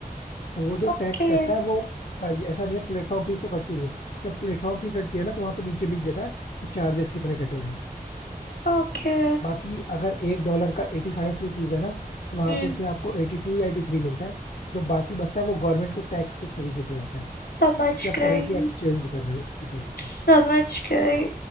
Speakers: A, on the left (about 55°); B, on the left (about 70°).
A: तो वो जो टैक्स
B: Okay
A: कटता है वो उसका ये ऐसा नहीं है प्लेटफॉर्म फीस तो कटती नहीं है जब प्लेटफॉर्म फी कटती है ना तो वहाँ पे नीचे लिख देता है कि चार्जेस कितने कटे हैं
B: Okay
A: बाकी अगर एक डॉलर का एटी फाइव रुपीज है ना तो वहाँ
B: Hmm
A: पे से आपको एटी टू या एटी थ्री मिलता है जो बाकी बचता है वो गवर्नमेंट को टैक्स के तरीके पे जाता है
B: समझ
A: क्योंकि आप
B: गई
A: करेंसी एक्सचेंज कर रहे हो इस वजह से
B: समझ गई